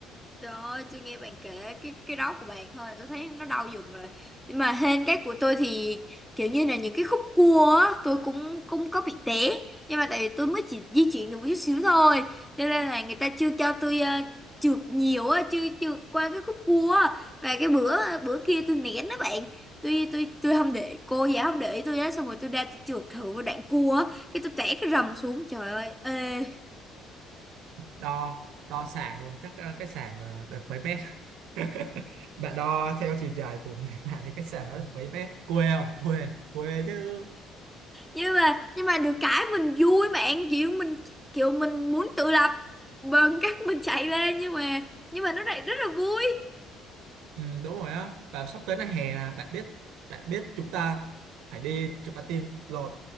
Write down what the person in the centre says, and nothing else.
Trời ơi, tôi nghe bạn kể cái cái đó của bạn thôi, tôi thấy nó đau giùm rồi. Nhưng mà hên cái của tôi thì kiểu như là những cái khúc cua á, tôi cũng cũng có bị té. Nhưng mà tại vì tôi mới chỉ di chuyển được một chút xíu thôi, cho nên là người ta chưa cho tôi ờ, trượt nhiều á, chưa trượt qua cái khúc cua á. Và cái bữa bữa kia tôi nén đó bạn. Tôi tôi tôi không để cô giáo không để ý tôi á, xong rồi tôi ra tôi trượt thử một đoạn cua á, cái tôi té cái rầm xuống. Trời ơi, ê
nhưng mà nhưng mà được cái mình vui bạn kiểu mình kiểu mình muốn tự lập bằng cách mình chạy ra nhưng mà nhưng mà nó lại rất là vui